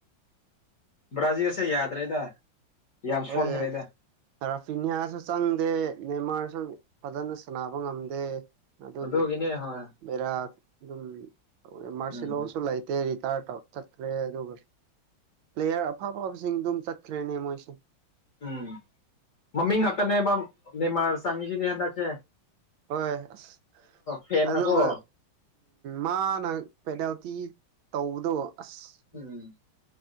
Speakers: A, on the left; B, on the right.
A: ꯕ꯭ꯔꯥꯖꯤꯜꯁꯦ ꯌꯥꯗ꯭ꯔꯦꯗ ꯌꯥꯝ
B: ꯍꯣꯏ
A: ꯁꯣꯟꯈ꯭ꯔꯦꯗ
B: ꯔꯥꯐꯤꯅꯤꯌꯥꯁꯨ ꯆꯪꯗꯦ ꯅꯦꯃꯔ ꯪ ꯐꯖꯅ ꯁꯥꯟꯅꯕ ꯉꯝꯗꯦ ꯑꯗꯨꯒꯤ
A: ꯑꯗꯨꯒꯤꯅꯦ ꯍꯣꯏ
B: ꯕꯦꯔꯑꯗꯨꯝ ꯃꯥꯔꯁꯤꯂꯣꯁꯨ
A: ꯎꯝ
B: ꯂꯩꯇꯦ ꯇꯥ ꯇ ꯆꯠꯈ꯭ꯔꯦ ꯑꯗꯨꯒ ꯄ꯭ꯂꯦꯌꯔ ꯑꯐ ꯑꯐꯕꯁꯤꯡ ꯑꯗꯨꯝ ꯆꯠꯈ꯭ꯔꯦꯅꯦ ꯃꯣꯏꯁꯦ
A: ꯎꯝ ꯃꯃꯤꯡ ꯉꯇꯅꯕ ꯅꯦꯃꯔ ꯆꯡꯁꯤꯗꯤ ꯍꯟꯇꯛꯁꯦ
B: ꯍꯣꯏ ꯑꯁ
A: ꯐꯦꯟꯅꯀꯣ
B: ꯑꯗꯨꯒ ꯃꯥꯅ ꯄꯦꯅꯥꯜꯇꯤ ꯇꯧꯕꯗꯣ ꯑꯁ
A: ꯎꯝ